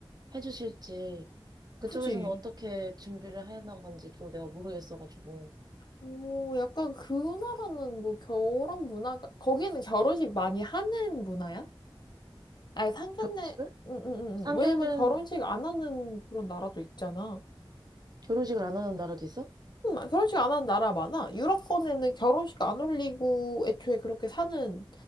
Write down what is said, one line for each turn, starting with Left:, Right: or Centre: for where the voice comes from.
Right: 해주실지 그쪽에서는
Left: 그지?
Right: 어떻게 준비를 해나간지 또 내가 모르겠어가지고
Left: 오, 약간 그 나라는 뭐 결혼 문화가, 거기는 결혼식 많이 하는 문화야? 아니, 상견례,
Right: 결혼식을?
Left: 응, 응, 응.
Right: 상견례는
Left: 응. 왜냐면 결혼식 안 하는 그런 나라도 있잖아.
Right: 결혼식을 안 하는 나라도 있어?
Left: 음, 결혼식 안 하는 나라 많아. 유럽권에는 결혼식 안 올리고 애초에 그렇게 사는